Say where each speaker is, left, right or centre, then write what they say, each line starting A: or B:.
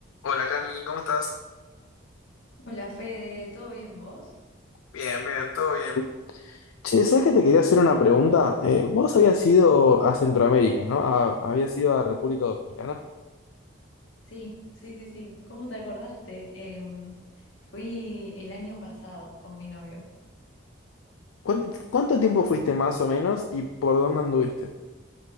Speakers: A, on the left; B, on the left.
A: Hola Cami, ¿cómo estás?
B: Hola Fede, ¿todo bien vos?
A: Bien, bien, todo bien. Che, ¿sabes que te quería hacer una pregunta? Eh, vos habías ido a Centroamérica, ¿no? A- habías ido a República Dominicana.
B: Sí, sí, sí, sí. ¿Cómo te acordaste? Em, fui el año pasado con mi novio.
A: ¿Cuán- ¿Cuánto, tiempo fuiste más o menos y por dónde anduviste?